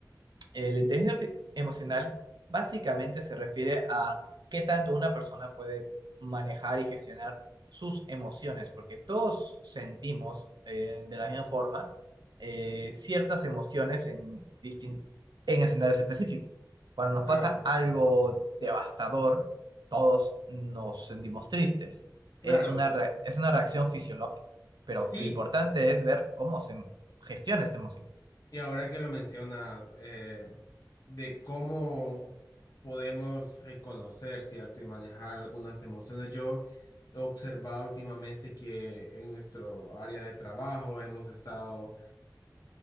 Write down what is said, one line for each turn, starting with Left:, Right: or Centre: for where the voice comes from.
Right: Eh, la inteligencia arti- emocional básicamente se refiere a qué tanto una persona puede manejar y gestionar sus emociones, porque todos sentimos eh, de la misma forma eh, ciertas emociones en, distin- en escenarios específicos. Cuando nos
Left: Claro,
Right: pasa algo devastador, todos nos sentimos tristes.
Left: claro,
Right: Es una,
Left: y s-
Right: re- es una reacción fisiológica, pero
Left: sí,
Right: lo importante es ver cómo se gestiona esta emoción.
Left: y ahora que lo mencionas, eh, de cómo podemos reconocer, ¿cierto? Y manejar algunas emociones. Yo he observado últimamente que en nuestro área de trabajo hemos estado